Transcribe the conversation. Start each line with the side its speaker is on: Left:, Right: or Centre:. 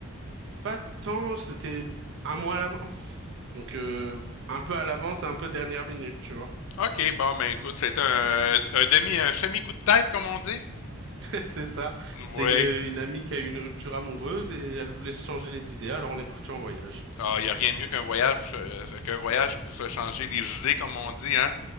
Right: Pas tant, c'était un mois à l'avance. Donc euh, un peu à l'avance et un peu dernière minute, tu vois.
Left: OK, bon, ben écoute, c'est un, un demi, un semi-coup de tête, comme on dit?
Right: <laughs> C'est ça. C'est
Left: Oui.
Right: une, une amie qui a eu une rupture amoureuse et elle voulait se changer les idées, alors on est parti en voyage.
Left: Ah, y a rien de mieux qu'un voyage, euh, qu'un voyage pour se changer les idées, comme on dit, hein?